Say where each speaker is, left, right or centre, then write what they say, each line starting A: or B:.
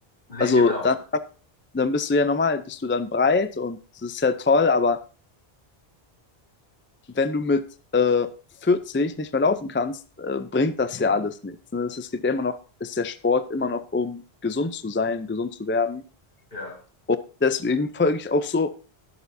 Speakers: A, on the left (about 55°); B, on the left (about 20°).
A: Nee,
B: Also
A: genau.
B: dann, dann bist du ja normal, bist du dann breit und das ist ja toll, aber wenn du mit äh, 40 nicht mehr laufen kannst, äh, bringt das ja alles nichts. Ne? Es, es geht ja immer noch, ist der Sport immer noch um gesund zu sein, gesund zu werden.
A: Ja,
B: Und deswegen folge ich auch so